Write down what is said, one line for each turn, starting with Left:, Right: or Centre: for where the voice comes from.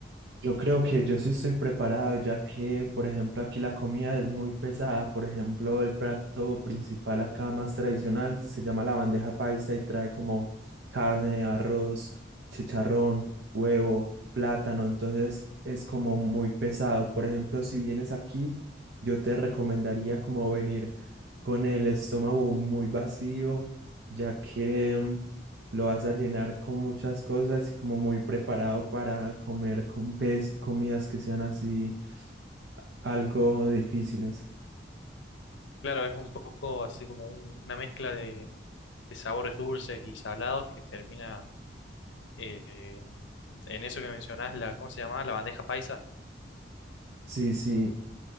Right: Yo creo que yo sí estoy preparado, ya que, por ejemplo, aquí la comida es muy pesada. Por ejemplo, el plato principal acá más tradicional se llama la bandeja paisa y trae como carne, arroz, chicharrón, huevo, plátano. Entonces es como muy pesado. Por ejemplo, si vienes aquí, yo te recomendaría como venir con el estómago muy vacío, ya que lo vas a llenar con muchas cosas y como muy preparado para comer con pez, comidas que sean así algo difíciles.
Left: Claro, es un poco así como un- una mezcla de, de sabores dulces y salados que termina eh, en eso que mencionás, la, ¿cómo se llama? La bandeja paisa.
Right: Sí, sí,